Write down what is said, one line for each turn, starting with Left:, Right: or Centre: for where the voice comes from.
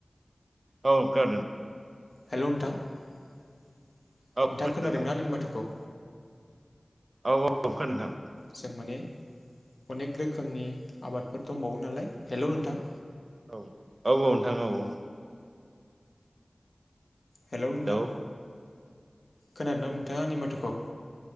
Right: औ नोंथां
Left: हेल' नोंथां नोंथाङा
Right: औ खोनादों
Left: खोनादोंना
Right: नोंथां
Left: आंनि माथोखौ
Right: औ औ खोनादों
Left: जों माने अनेक रोखोमनि आबादफोर दंबावो नालाय हेलौ नोंथां
Right: औ औ औ नोंथां औ औ
Left: हेल' नोंथां
Right: हेलौ
Left: खोनादों ना नोंथाङा आंनि माथोखौ